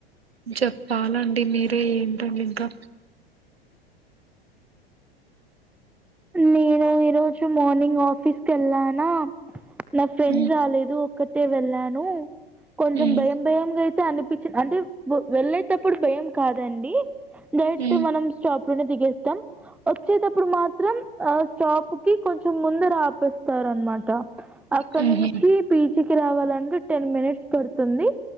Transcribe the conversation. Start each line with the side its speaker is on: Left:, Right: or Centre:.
Right: చెప్పాలండి మీరే ఏంటండి ఇంకా
Centre: నేను ఈరోజు మార్నింగ్ ఆఫీస్ కెళ్ళానా నా ఫ్రెండ్
Right: ఉమ్,
Centre: రాలేదు ఒక్కత్తె వెళ్ళాను కొంచెం
Right: ఉమ్,
Centre: భయం భయంగయ్ తె అనిపిచ్చిన్ అంటే వెళ్ళేటప్పుడు భయం కాదండి దట్
Right: ఉమ్,
Centre: మనం స్టాప్ ప్ లోనె దిగేస్తాం వచ్చేటప్పుడు మాత్ ఆ స్టాప్ కి కొంచెం ముందు రాపిస్తారన్మాట అక్కడ
Right: ఉమ్,
Centre: నుంచి
Right: ఉమ్,
Centre: పీ జీ కి రావాలంటే టెన్ మినిట్స్ పడుతుంది